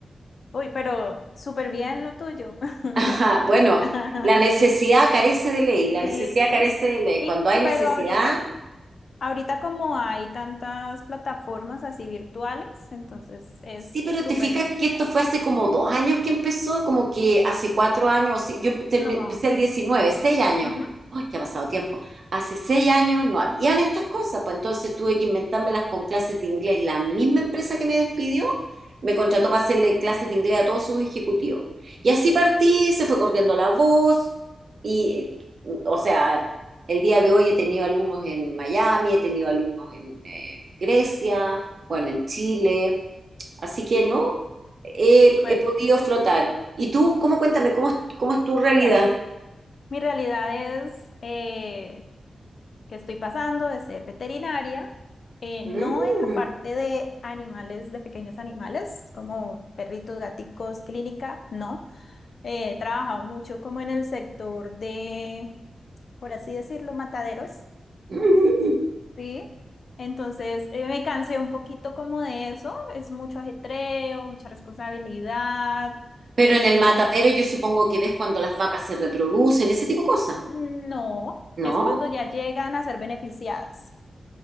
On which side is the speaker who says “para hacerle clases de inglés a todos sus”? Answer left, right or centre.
Right